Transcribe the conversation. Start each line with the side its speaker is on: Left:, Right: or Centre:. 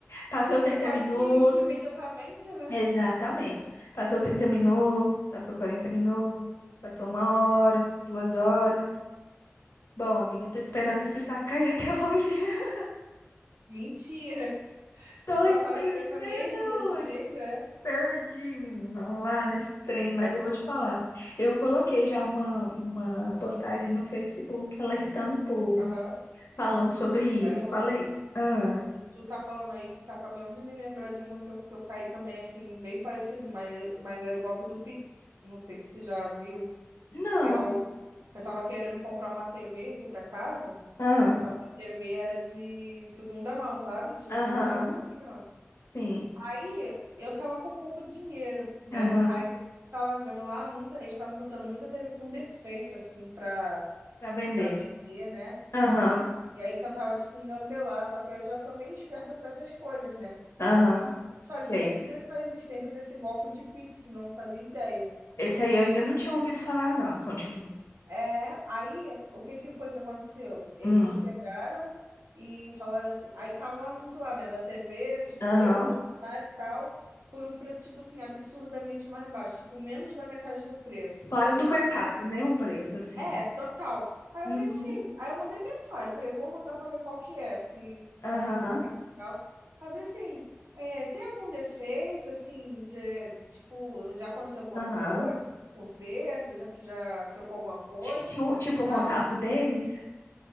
Left: passou
Right: Pix
Left: 30
Right: é quase
Left: minutos.
Right: que, que imediatamente, né?
Left: Exatamente. Passou 30 minutos, passou 40 minutos, passou uma hora, duas horas. Bom, amiga, eu tô esperando esse saco cair até hoje. <laughs>
Right: Mentira. <laughs>
Left: Tô
Right: Te passaram
Left: esperando
Right: a perna
Left: cair
Right: mesmo
Left: até
Right: desse
Left: hoje.
Right: jeito, é?
Left: Perdi, menina, lá nesse trem, mas
Right: Garota.
Left: eu vou te falar. Eu coloquei já uma, uma postagem no Facebook alertando o povo,
Right: Aham,
Left: falando sobre
Right: garota.
Left: isso. Falei, ah,
Right: E tu tá falando aí, tu tá acabando de me lembrar de uma que eu, que eu caí também, assim, bem parecido, mas, mas era o golpe do Pix. Não sei se tu já viu.
Left: não,
Right: Eu, eu tava querendo comprar uma TV aqui pra casa,
Left: ah,
Right: só que a TV era de segunda mão, sabe? Tipo,
Left: aham,
Right: não era nova, não.
Left: sim,
Right: Aí eu tava com pouco dinheiro, né?
Left: aham,
Right: Aí eu tava vendo lá, muita, eles estavam botando muita TV com defeito, assim, pra,
Left: pra vender.
Right: pra vender, né?
Left: Aham,
Right: E, e aí tentava, tipo, engambelar, só que eu já sou meio esperta pra essas coisas, né?
Left: aham,
Right: Sabia
Left: sei.
Right: dessa existência desse golpe de Pix, não fazia ideia.
Left: Esse aí eu ainda não tinha ouvido falar, não. Continua.
Right: É, aí o que que foi que aconteceu? Eles
Left: Hum,
Right: pegaram e falaram assim, aí tava o anúncio lá, né, da TV, tipo,
Left: aham.
Right: grandão lá e tal, por um preço, tipo assim, absurdamente mais baixo, tipo, menos da metade do preço,
Left: Fora
Right: sabe?
Left: do mercado, né? O preço, assim.
Right: É, total. Aí
Left: Uhum,
Right: eu falei, sim. Aí eu mandei mensagem, falei, vou mandar pra ver qual que é, se, se tá
Left: aham,
Right: tudo certo e tal. Aí eu falei assim, é, tem algum defeito, assim, de, tipo, já aconteceu alguma
Left: aham.
Right: coisa, um conserto, já que já trocou alguma coisa?
Left: Ti- ti- Tipo o
Right: Não,
Left: contato deles.